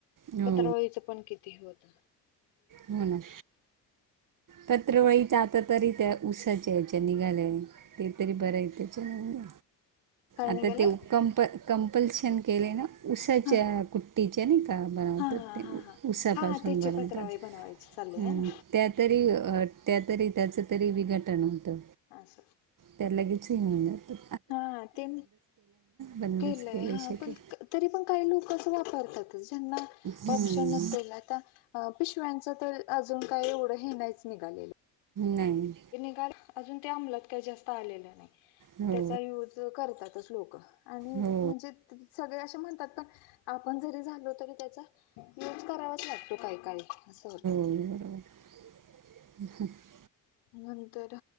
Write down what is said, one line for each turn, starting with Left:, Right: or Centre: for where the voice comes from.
Right: हो
Left: पत्रावाळीचं पण किती हे होतं.
Right: हो ना पत्रावळी आता तरी त्या ऊसाचे ह्याच्या निघालेय. ते तरी बरंय त्याच्यामुळ
Left: काय
Right: आता
Left: निघाले
Right: ते कंप कंपल्शन केले ना उसाच्या
Left: हा
Right: कुठ त्याच्या नाय का बनवतात
Left: हा हा
Right: ते
Left: हा हा
Right: उसापासून
Left: हा त्याची
Right: बनवतात
Left: पत्रावळी बनवायची चालली आहे ना
Right: त्यात तरी अ त्या तरी त्याच तरी विघटन होतं.
Left: अस.
Right: त्या लगेच हे होऊन जात.
Left: हा ते
Right: बंदच
Left: केलंय
Right: केलं
Left: हा
Right: आहे शक्य
Left: पण तरी पण काही लोक असं वापरतात. ज्यांना
Right: हम्म,
Left: ऑपशन नसल आता अ पिशव्यांचं तर अजून काही एवढं हे नाहीच निघालेलं
Right: नाही.
Left: ते निघाल अजून ते अंमलत काही जास्त आलेलं नाही
Right: हो
Left: त्याचा युज करतातच लोक आणि
Right: हो
Left: म्हणजे सगळे असे म्हणतात पण आपण जरी झालोत तरी त्याचा यूज करावाच लागतो काही काळी असं होतं.
Right: बरो <inaudible>
Left: नंतर